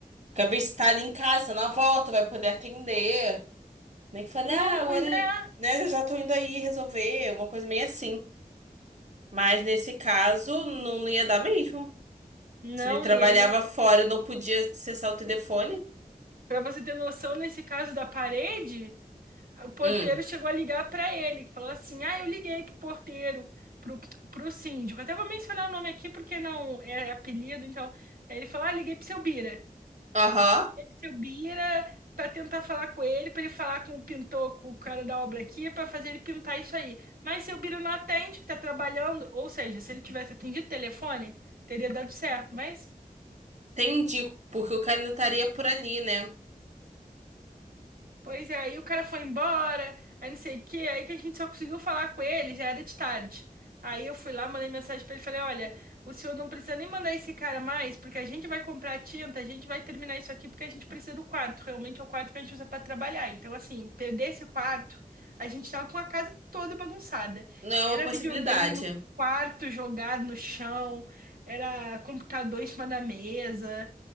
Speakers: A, on the right; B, on the right.
A: Porque às vezes tá ali em casa, na volta, vai poder atender. Nem que fale,
B: Não,
A: ah, agora,
B: pois é.
A: né, eu já tô indo aí resolver, uma coisa meio assim. Mas nesse caso, não ia dar mesmo.
B: Não,
A: Se ele trabalhava
B: e ele,
A: fora e não podia acessar o telefone.
B: para você ter noção, nesse caso da parede, o porteiro
A: Hum,
B: chegou a ligar para ele, que falou assim: "Ah, eu liguei pro porteiro, pro pro síndico. Até vou mencionar o nome aqui porque não é apelido, então, Aí ele falou: "Ah, liguei pro seu Bira".
A: aham.
B: seu Bira para tentar falar com ele, para ele falar com o pintor, com o cara da obra aqui, para fazer ele pintar isso aí. Mas seu Bira não atende, que tá trabalhando, ou seja, se ele tivesse atendido o telefone, teria dado certo, mas
A: Entendi, porque o cara ainda estaria por ali, né?
B: Pois é, aí o cara foi embora, aí não sei o quê, aí que a gente só conseguiu falar com ele, já era de tarde. Aí eu fui lá, mandei mensagem pra ele, falei, olha, o senhor não precisa nem mandar esse cara mais, porque a gente vai comprar tinta, a gente vai terminar isso aqui, porque a gente precisa do quarto, realmente é o quarto que a gente usa pra trabalhar. Então, assim, perder esse quarto, a gente tava com a casa toda bagunçada.
A: Não é
B: Era
A: uma possibilidade.
B: videogame no quarto, jogado no chão, era computador em cima da mesa,